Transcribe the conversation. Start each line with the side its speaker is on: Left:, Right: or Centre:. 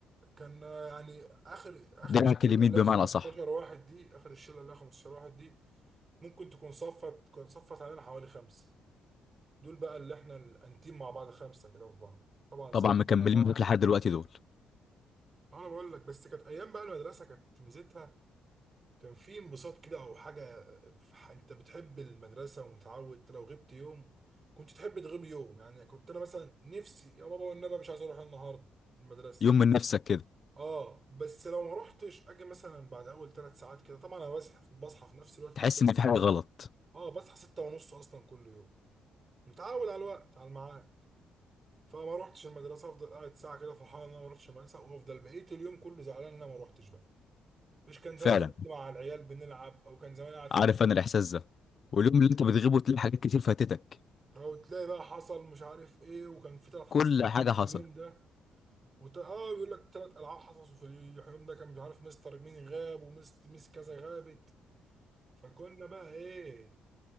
Right: كان آه، يعني اخر اخر
Left: دراعك
Right: الشله
Left: اليمين
Right: اللي
Left: بمعنى
Right: هي 15
Left: أصح
Right: واحد دي اخر الشله اللي هي 15 واحد دي ممكن تكون صفت كانت صفت علينا حوالي خمسه دول بقى اللي احنا الانتيم مع بعض خمسه كده في بعض طبعا سافرنا
Left: طبعا مكملين
Right: مع بعض
Left: معاك لحد دلوقتي دول
Right: انا بقول لك بس كانت ايام بقى المدرسه كانت ميزتها كان في انبساط كده او حاجه ف- انت بتحب المدرسه ومتعود انت لو غبت يوم كنت تحب تغيب يوم يعني كنت انا مثلا نفسي يا بابا والنبي مش عايز اروح النهارده المدرسه
Left: يوم من نفسك كده
Right: اه بس لو ما روحتش اجي مثلا بعد اول ثلاث ساعات كده طبعا انا بصحى بصحى في نفس الوقت بتاع
Left: تحس
Right: كل
Left: ان في
Right: يوم.
Left: حاجه غلط
Right: اه بصحى ستة ونص اصلا كل يوم متعود على الوقت على الميعاد فما روحتش المدرسه افضل قاعد ساعه كده فرحان ان انا ما روحتش المدرسه وافضل بقيت اليوم كله زعلان ان انا ما روحتش بقى مش كان
Left: فعلا
Right: زمان دلوقتي مع العيال بنلعب او كان زمان قاعد في
Left: عارف
Right: ال-
Left: انا الاحساس ده واليوم اللي انت بتغيبه تلاقي حاجات كتير فاتتك
Right: او تلاقي بقى حصل مش عارف ايه وكان في ثلاث حصص
Left: كل
Right: العاب
Left: حاجه
Right: في
Left: حصل
Right: اليوم ده وت... اه يقول لك ثلاث العاب حصصوا في اليوم ده كان مش عارف مستر مين غاب ومس مس كذا غابت فكنا بقى ايه